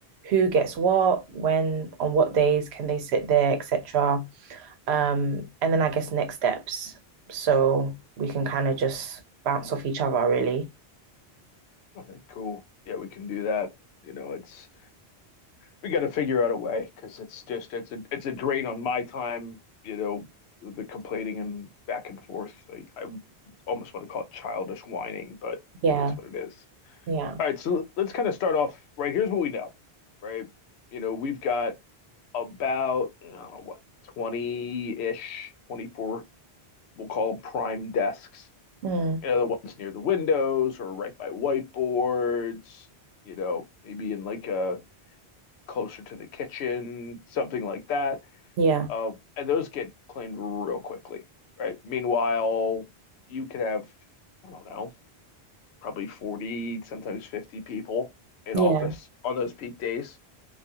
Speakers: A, on the right (about 75°); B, on the left (about 80°).
A: who gets what, when, on what days can they sit there, etc. Um, and then I guess next steps. So we can kind of just bounce off each other, really.
B: Okay, cool. Yeah, we can do that. You know, it's we got to figure out a way because it's just it's a it's a drain on my time. You know, the complaining and back and forth. I, I almost want to call it childish whining, but
A: Yeah,
B: it is what it is.
A: yeah.
B: All right, so let's kind of start off right. Here's what we know, right? You know, we've got about I don't know, what 20 ish, 24, we'll call them prime desks.
A: Mm.
B: You know, the ones near the windows or right by whiteboards, you know, maybe in like a closer to the kitchen, something like that.
A: Yeah,
B: Uh, and those get claimed real quickly, right? Meanwhile, you could have, I don't know, probably 40, sometimes 50 people in
A: yeah.
B: office on those peak days.